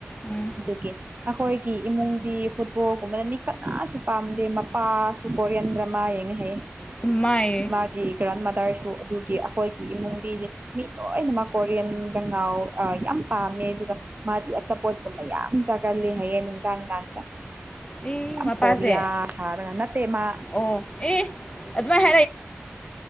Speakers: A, on the left (about 25°); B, on the right (about 40°).
A: ꯎꯝ
B: ꯑꯗꯨꯒꯤ ꯑꯩꯈꯣꯏꯒꯤ ꯏꯃꯨꯡꯗꯤ ꯐꯨꯠꯕꯣꯜꯒꯨꯝꯕꯗ ꯃꯤ ꯀꯅꯥꯁꯨ ꯄꯥꯝꯗꯦ ꯃꯄꯥꯁꯨ ꯀꯣꯔꯤꯌꯟ ꯗ꯭ꯔꯃꯥ ꯌꯦ
A: ꯏꯃꯥꯏ
B: ꯃꯥꯒꯤ ꯒ꯭ꯔꯥꯟ ꯃꯥꯗꯔ ꯑꯗꯨ ꯑꯗꯨꯒꯤ ꯑꯩꯈꯣꯏꯒꯤ ꯏꯃꯨꯡꯗꯤꯗꯤ ꯃꯤ ꯂꯣꯏꯅꯃꯛ ꯀꯣꯔꯤꯌꯟꯗ ꯉꯥꯎ ꯌꯥꯝ ꯄꯥꯝꯃꯦ ꯑꯗꯨꯒ ꯃꯥꯗꯤ ꯑꯆꯥꯄꯣꯠꯀꯨꯝꯕ ꯌꯥꯝ ꯆꯥꯒꯜꯂꯤ ꯍꯥꯏꯌꯦꯡ ꯅꯨꯡꯗꯥꯡꯗꯥꯡꯗ
A: ꯑꯦ
B: ꯌꯥꯝ
A: ꯃꯄꯥꯁꯦ
B: ꯀꯣꯔꯤꯌꯥ ꯁꯥꯔ ꯅꯠꯇꯦꯃ
A: ꯑꯣ ꯑꯦ ꯑꯗꯨꯃꯥꯏꯅ